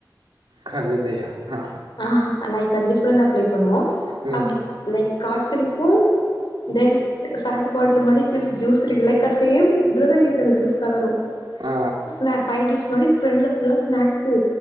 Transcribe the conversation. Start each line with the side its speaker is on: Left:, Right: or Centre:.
Right: கழுதையா ஆ
Left: ஆ லைக் அது டிஃப்ரெண்டா ப்ளே பண்ணுவோ
Right: ம்
Left: அப்டி லைக் காட்ஸ் இருக்கு தென் சரக்கு பாட்லு மாதிரி பிஸ் ஜூஸ் இருக்குல லைக்கா சேம் இதுலதா இருக்கு அந்த ஜூஸ் கலரு
Right: ஆ
Left: ஸ்னா சைடிஷ் மாதிரி ஃப்ரண்ட்ல ஃபுல்லா ஸ்னாக்ஸு